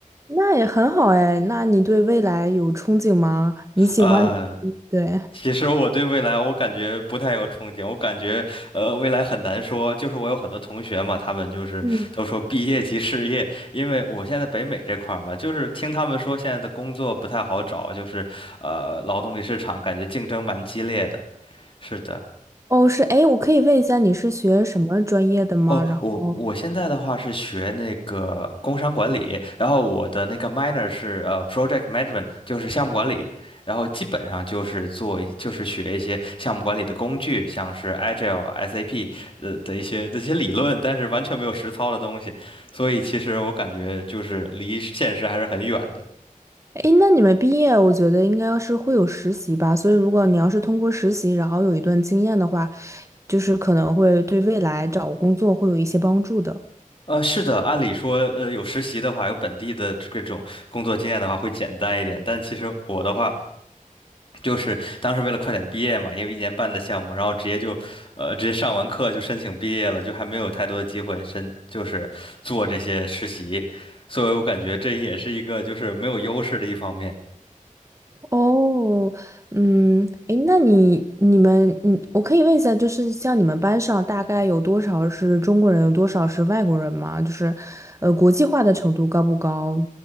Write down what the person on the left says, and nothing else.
呃，
其实我对未来我感觉不太有憧憬，我感觉呃未来很难说。就是我有很多同学嘛，他们就是都说毕业即失业，
因为我现在北美这块儿嘛，就是听他们说现在的工作不太好找，就是呃劳动力市场感觉竞争蛮激烈的。是的。
哦，
我我现在的话是学那个工商管理，然后我的那个 minor 是呃 project management，就是项目管理，然后基本上就是做就是学一些项目管理的工具，像是 Agile、SAP 呃的一些这些理论，但是完全没有实操的东西，所以其实我感觉就是离现实还是很远的。
呃，是的，按理说，呃，有实习的话，有本地的这种工作经验的话，会简单一点。但其实我的话，就是当时为了快点毕业嘛，因为一年半的项目，然后直接就，呃，直接上完课就申请毕业了，就还没有太多的机会申，就是做这些实习，所以我感觉这也是一个就是没有优势的一方面。